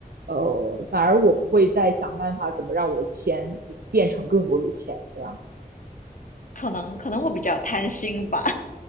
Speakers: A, on the right; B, on the left.
A: 呃，反而我不会再想办法怎么让我的钱变成更多的钱，这样。
B: 可能可能会比较贪心吧。